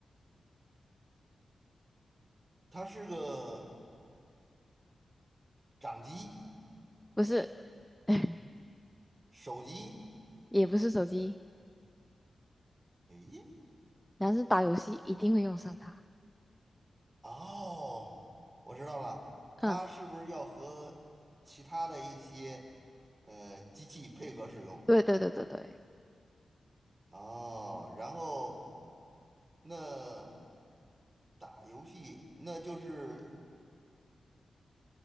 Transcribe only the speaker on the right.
它是个掌机、
手机。
诶，
哦，我知道了，
它是不是要和其他的一些呃机器配合使用？
哦，然后那打游戏，那就是